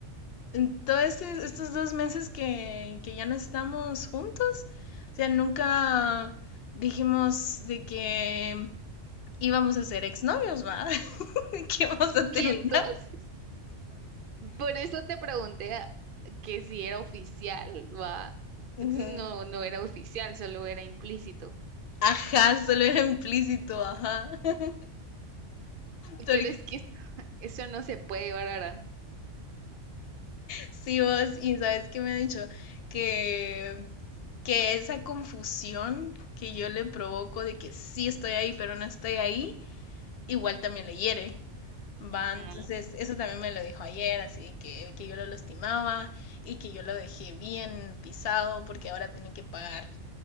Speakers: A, on the left (about 65°); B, on the right (about 60°).
A: en todos este- estos dos meses que, que ya no estamos juntos, o sea, nunca dijimos de que íbamos a ser exnovios, ¿va? <laughs> De Que íbamos a
B: Y
A: terminar.
B: entonces, por eso te pregunté a- que si era oficial, va. Entonces
A: Ujú.
B: no, no era oficial, solo era implícito.
A: Ajá, solo era implícito, ajá. <laughs> Porque
B: Pero es que <laughs> eso, eso no se puede, Bárbara.
A: sí, vos, y sabes qué me ha dicho que, que esa confusión que yo le provoco de que sí estoy ahí, pero no estoy ahí, igual también le hiere. Va,
B: Ujú.
A: entonces eso también me lo dijo ayer, así que, que yo lo lastimaba y que yo lo dejé bien pisado porque ahora tienen que pagar